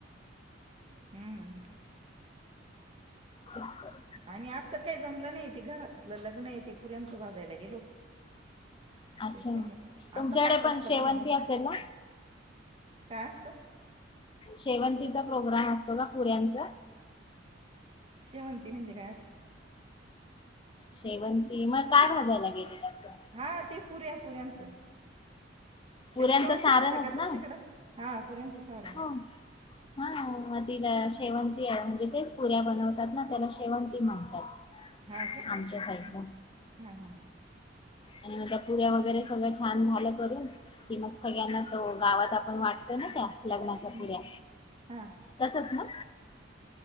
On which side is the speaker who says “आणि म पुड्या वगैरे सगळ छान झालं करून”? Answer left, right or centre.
Left